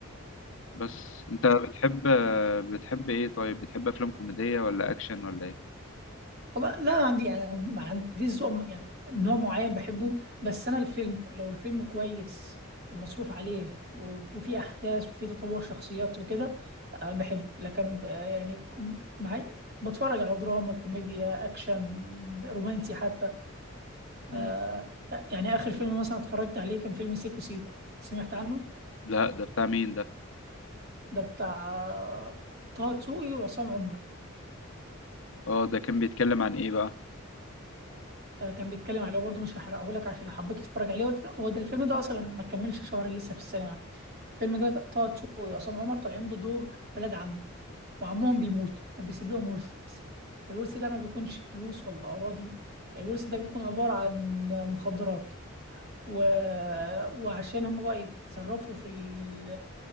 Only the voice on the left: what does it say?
بس أنت بتحب آه، بتحب إيه طيب بتحب أفلام كوميدية ولا أكشن ولا إيه؟
مم.
لا ده بتاع مين ده؟
اه ده كان بيتكلم عن إيه بقى؟